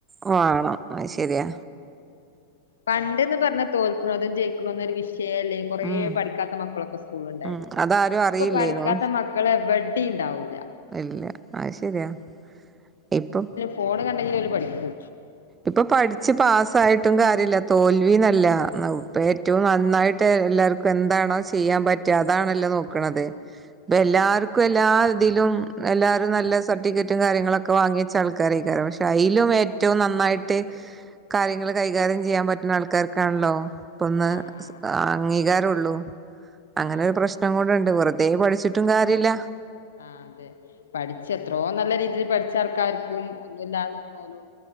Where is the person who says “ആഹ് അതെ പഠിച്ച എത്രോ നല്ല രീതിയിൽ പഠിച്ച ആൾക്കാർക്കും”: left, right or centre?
Left